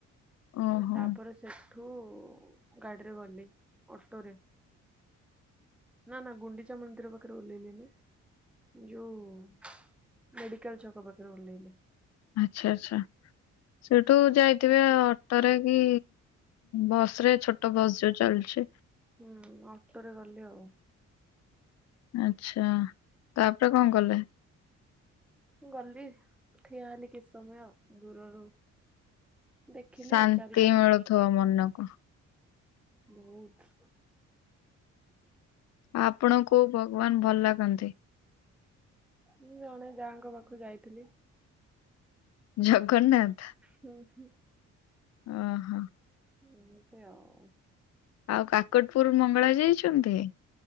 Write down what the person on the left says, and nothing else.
ଓହୋ
ଆଚ୍ଛା ଆଚ୍ଛା, ସେଉଠୁ ଯାଇଥିବେ ଅ ଟରେ କି ବସ ରେ ଛୋଟ ବସ୍ ଯୋଉ ଚାଲୁଛି।
ଆଚ୍ଛା, ତାପରେ କଁ କଲେ?
ଶାନ୍ତି
ମିଳୁଥିବ ମନକୁ
ଆପଣଙ୍କୁ ଭଗବାନ ଭଲ ଲାଗନ୍ତି?
ଜଗନ୍ନାଥ।
ଓହୋ।
ଆଉ କାକଟପୁର ମଙ୍ଗଳା ଯାଇଚନ୍ତି?